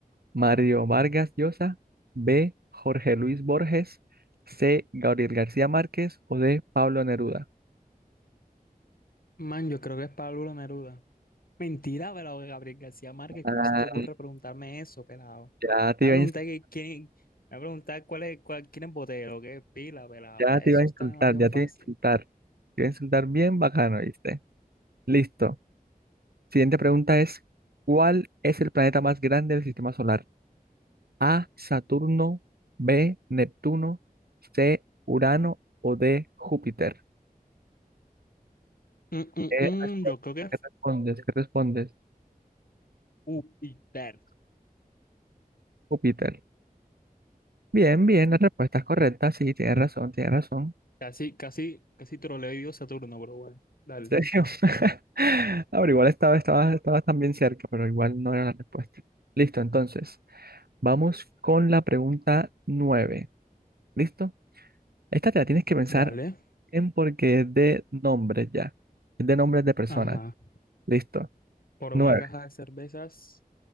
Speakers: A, on the right; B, on the left.
A: Mario Vargas Llosa. B. Jorge Luis Borges. C. Gabriel García Márquez. O D. Pablo Neruda.
B: Man, yo creo que es Pablo Neruda. Mentira, pelado, Gabriel García Márquez.
A: Ah,
B: ¿Cómo se te ocurre preguntarme eso, pelado?
A: ya te
B: Me va
A: iba
B: a preguntar
A: a, ins-
B: que quién. Me va a preguntar cuál es, cuál, quién es Botero, qué es Pila, pelado.
A: ya
B: Eso
A: te iba a insultar,
B: está demasiado
A: ya
B: fácil.
A: te iba a insultar. Te iba a insultar bien bacano, ¿viste? Listo. Siguiente pregunta es: ¿Cuál es el planeta más grande del sistema solar? A, Saturno, B, Neptuno, C, Urano o D, Júpiter.
B: Mm, mm,
A: ¿Qué
B: mm,
A: respon-
B: yo creo que es
A: qué respondes? ¿Qué respondes?
B: Júpiter.
A: Júpiter. Bien, bien, la respuesta es correcta. Sí, tienes razón, tienes razón.
B: Casi, casi, casi troleo y digo Saturno, pero bueno. Dale.
A: ¿En serio? <laughs> Ahora, igual estaba, estaba, estaba también cerca, pero igual no era la respuesta. Listo, entonces, vamos con la pregunta 9. ¿Listo? Esta te la tienes que pensar
B: Dale.
A: bien porque es de nombres ya. Es de nombres de personas.
B: Ajá.
A: Listo.
B: Por
A: Nueve.
B: una caja de cervezas,